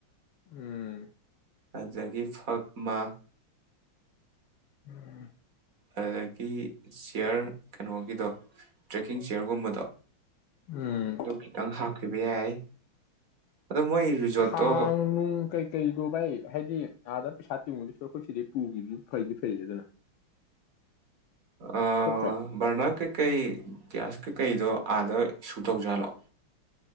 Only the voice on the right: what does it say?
ꯑꯥꯗꯒꯤ ꯐꯛ ꯃꯥ
ꯑꯗꯒꯤ ꯆꯤꯌꯔ ꯀꯩꯅꯣꯒꯤꯗꯣ ꯇ꯭ꯔꯦꯛꯀꯤꯡ ꯆꯤꯌꯔꯒꯨꯝꯕꯗꯣ
ꯑꯗꯨ ꯈꯤꯇꯪ ꯍꯥꯞꯈꯤꯕ ꯌꯥꯏ ꯑꯗꯣ ꯃꯣꯏ ꯔꯤꯖꯣꯔꯠꯇꯣ
ꯑ
ꯕꯔꯅꯥꯗ ꯀꯩ ꯀꯩ ꯒꯌꯥꯁ ꯀꯩ ꯀꯩꯗꯣ ꯑꯥꯗ ꯏꯁꯨ ꯇꯧꯖꯥꯠꯂꯣ